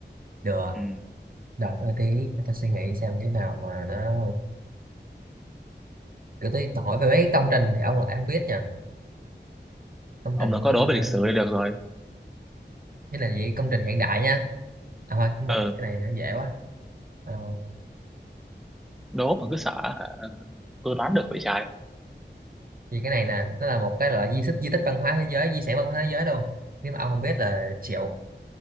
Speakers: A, on the right; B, in the centre.
A: được
B: ừ.
A: đợi tôi tí để tôi suy nghĩ xem cái nào mà nó cứ tí tôi hỏi về mấy công trình thì ông lại không biết nha công
B: ông
A: trình
B: đã
A: thì
B: có
A: cũng
B: đố
A: là
B: về lịch sử đây được rồi
A: cái là gì công trình hiện đại nha à thôi cũng
B: ừ.
A: được cái này nó dễ quá Ờ,
B: đố mà cứ sợ hả, tôi đoán được vậy trái
A: vì cái này nè nó là một cái loại di tích di tích văn hóa thế giới di sản văn hóa thế giới luôn nếu mà ông không biết là chịu